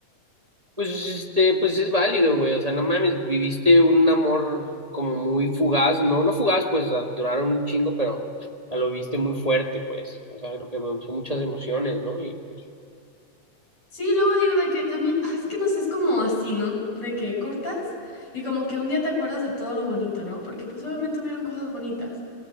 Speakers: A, on the right; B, on the left.
A: Pues este, pues es válido, güey. O sea, no mames, viviste un amor como muy fugaz, no, no fugaz, pues a- duraron un chingo, pero a lo viste muy fuerte, pues. O sea, creo que me son muchas emociones, ¿no? Y pues,
B: Sí, luego digo de que también, ah, es que no sé, es como así, ¿no? De que cortas y como que un día te acuerdas de todo lo bonito, ¿no? Porque pues obviamente hubieron cosas bonitas.